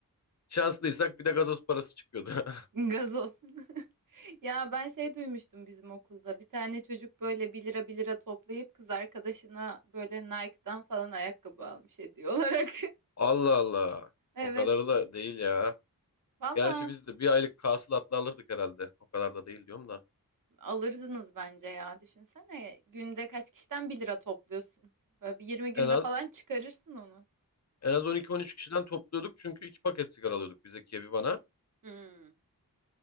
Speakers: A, on the left; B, on the right.
A: Şanslıysak bir de gazoz parası çıkıyordu. <laughs>
B: Gazoz. <laughs> Ya ben şey duymuştum bizim okulda. Bir tane çocuk böyle 1 lira 1 lira toplayıp kız arkadaşına böyle Nike'dan falan ayakkabı almış hediye olarak.
A: Allah Allah.
B: <laughs> Evet.
A: O kadar da değil ya.
B: Valla.
A: Gerçi biz de bir aylık hasılatla alırdık herhalde. O kadar da değil diyorum da.
B: Alırdınız bence ya. Düşünsene günde kaç kişiden bir lira topluyorsun. Böyle bir 20 günde
A: En az
B: falan çıkarırsın onu.
A: En az 12-13 kişiden topluyorduk çünkü iki paket sigara alıyorduk biz Zekiye bir bana.
B: Hmm,